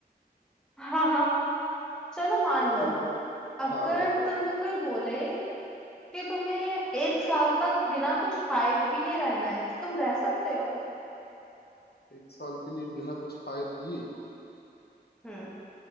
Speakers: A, in the centre; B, on the left (about 70°).
A: हाँ हाँ हाँ हाँ। चलो मान लो
B: तो
A: अगर
B: हाँ बताओ
A: तुम्हें कोई बोले कि तुम्हें एक साल तक बिना कुछ खाए पिए रहना है तो तुम रह सकते हो
B: एक साल के लिए बिना कुछ खाए पिए
A: हम्म